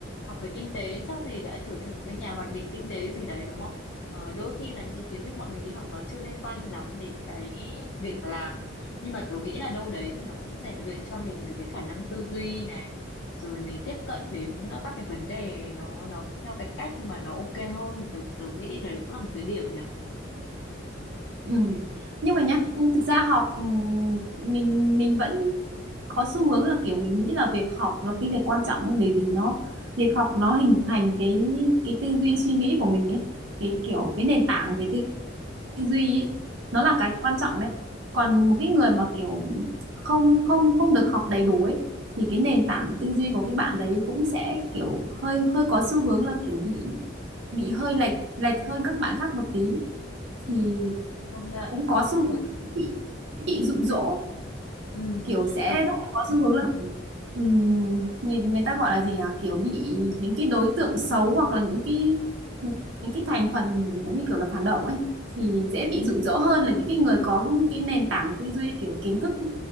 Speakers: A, on the left; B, on the right.
A: học về kinh tế chắc gì đã trở thành một cái nhà hoạch định kinh tế gì đấy đúng không? Ờ, đôi khi là những cái kiến thức bọn mình đi học nó chưa liên quan lắm đến cái việc làm nhưng mà tớ nghĩ là đâu đấy thì nó cũng rèn luyện cho mình được cái khả năng tư duy này rồi mình tiếp cận đến các cái vấn đề nó nó theo cái cách mà nó ok hơn thì tớ tớ nghĩ đấy cũng là một cái điểm nhỉ.
B: ừ. nhưng mà nhá thực ra học ừ, mình mình vẫn có xu hướng là kiểu mình nghĩ là việc học là cái việc quan trọng ấy, bởi vì nó việc học nó hình thành cái cái tư duy suy nghĩ của mình ấy cái kiểu cái nền tảng về tư, tư duy ấy nó là cái quan trọng đấy còn một cái người mà kiểu không không không được học đầy đủ ấy thì cái nền tảng tư duy của cái bạn đấy cũng sẽ kiểu hơi hơi có xu hướng là kiểu bị bị hơi lệch lệch hơn các bạn khác một tí
A: Ừ,
B: thì
A: công nhận
B: cũng có xu hướng
A: chuẩn.
B: bị bị dụ dỗ
A: Ừ,
B: kiểu sẽ
A: về,
B: rất là có xu hướng là ừm, người người ta gọi là gì nhỉ kiểu bị những cái đối tượng xấu hoặc là những cái những, những cái thành phần giống như kiểu là phản động ấy thì dễ bị dụ dỗ hơn là những cái người có cái nền tảng tư duy kiểu kiến thức